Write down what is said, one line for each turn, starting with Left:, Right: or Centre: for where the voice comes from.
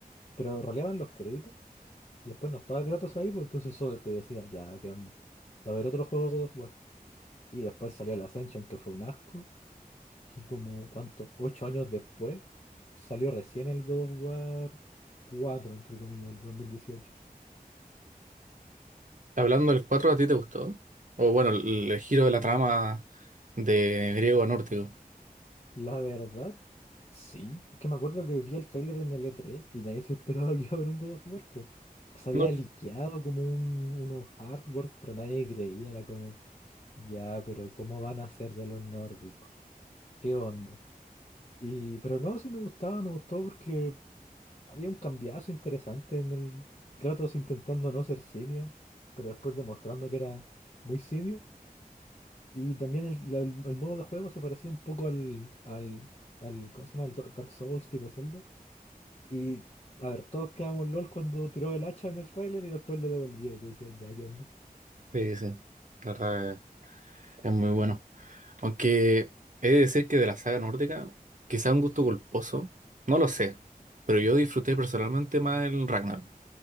Left: Pero roleaban los créditos y después no estaba Kratos ahí, pues entonces eso te decía, ya, ¿qué onda? Va a haber otro juego de God of War. Y después salió el Ascension, que fue un asco. Y como, ¿cuánto? Ocho años después salió recién el God of War 4 entre comillas, el 2018.
Right: Hablando del cuatro ¿a ti te gustó? O bueno, el, el giro de la trama de griego a nórdico.
Left: La verdad, sí. Es que me acuerdo que vi el tráiler en el E3 y nadie se esperaba <laughs> que iba a haber un God of War, po. Se había
Right: No,
Left: liqueado como un- unos artwork, pero nadie creía. Era como, ya, pero ¿cómo van a hacer de los nórdicos? ¿Qué onda? Y, pero no, sí me gustaba, me gustó porque había un cambiazo interesante en el Kratos intentando no ser simio, pero después demostrando que era muy simio. Y también el, la- el modo de juego se parecía un poco al, al, al- ¿cómo se llama? El Do- Dark Souls tipo Zelda. Y, a ver, todos quedamos LOL cuando tiró el hacha en el tráiler y después lo devolvía. Y tú decías, ya, ¿qué onda?
Right: sí, sí. La verdad es es muy bueno. Aunque he de decir que de la saga nórdica, quizá un gusto culposo, no lo sé, pero yo disfruté personalmente más el Ragnarok.